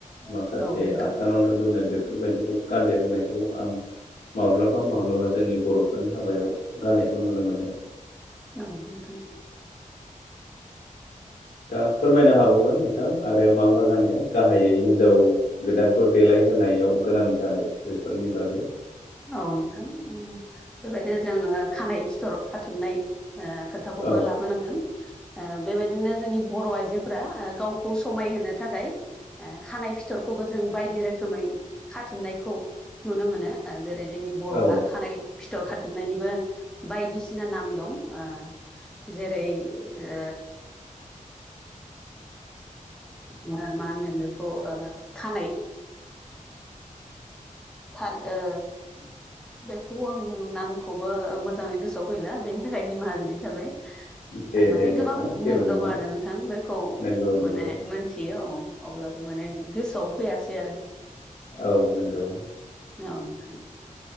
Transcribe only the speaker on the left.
माखासे
आसानावनो लुनाय बेफोरबायदिखौ गान्देर होनायखौ आं माब्लाबा माब्लाबा जोंनि बर'फोरनि हाबायाव गाननायखौ नुनो मोनदों।
दा फोरमायनो हाबावगोन नोंथां आरो मा मा गानो गाहायै हिनजाव गोदानखौ देलायहोनायाव गोनां जानाय बेफोरनि बागै।
औ
औ
<unintelligible>
दे
दे नोंथां
जेबो
नङा
नंगौ नंगौ
औ नंगौ।